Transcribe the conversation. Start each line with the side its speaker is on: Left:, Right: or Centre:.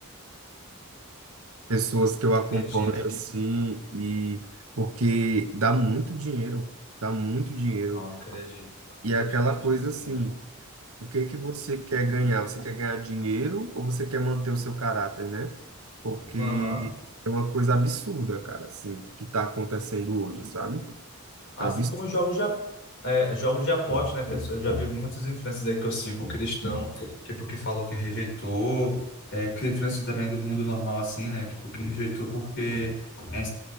Right: Pessoas que eu acompanho
Left: Acredito.
Right: assim e porque dá muito dinheiro, dá muito dinheiro.
Left: Não, acredito, acredito.
Right: E é aquela coisa assim,
Left: É.
Right: O que que você quer ganhar? Você quer ganhar dinheiro ou você quer manter o seu caráter, né? Porque
Left: Aham.
Right: é uma coisa absurda, cara, assim, que está acontecendo hoje, sabe?
Left: Assim
Right: Absurdo.
Left: como jogos de, a- é, jogos de aposta, né, pessoal? Eu já vi muitas influências aí que eu sigo cristão, tipo, que falou que rejeitou, é, que influencers também do mundo normal, assim, né? Tipo, que rejeitou porque é,